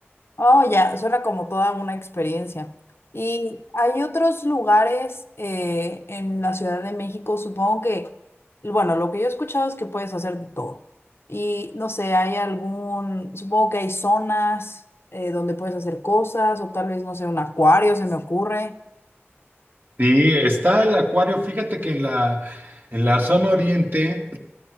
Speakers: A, on the left; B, on the right.
A: Oh, ya, suena como toda una experiencia. ¿Y hay otros lugares eh, en la Ciudad de México? Supongo que, bueno, lo que yo he escuchado es que puedes hacer de todo. Y no sé, hay algún, supongo que hay zonas eh, donde puedes hacer cosas o tal vez, no sé, un acuario, se me ocurre.
B: Sí, está el acuario. Fíjate que en la, en la zona oriente,